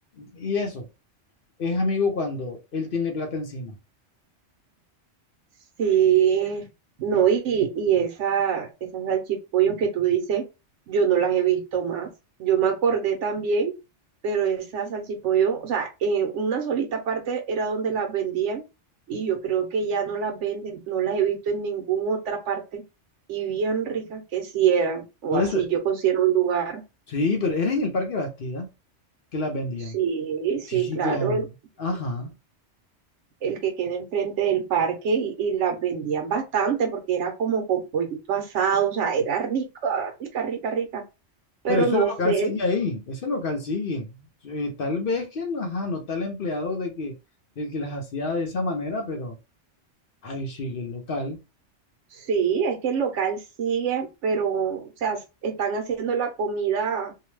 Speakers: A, on the left; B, on the right.
A: y eso, es amigo cuando él tiene plata encima.
B: Sí, no, y, y esa, esas salchipollos que tú dices, yo no las he visto más. Yo me acordé también, pero esas salchipollos, o sea, en una solita parte era donde las vendían y yo creo que ya no las venden, no las he visto en ninguna otra parte y bien ricas que sí eran, o
A: Por
B: así
A: eso,
B: yo considero un lugar.
A: sí, pero era en el Parque Bastida que las vendían.
B: Sí, sí,
A: Sí,
B: claro,
A: claro. Ajá.
B: el que queda enfrente del parque y, y las vendían bastante porque era como con pollito asado, o sea, era rica, rica, rica, rica. Pero
A: Pero ese
B: no
A: local
B: sé,
A: sigue ahí, ese local sigue. Eh, tal vez que no, ajá, no está el empleado de que, el que las hacía de esa manera, pero ahí sigue el local.
B: sí, es que el local sigue, pero, o sea, s- están haciendo la comida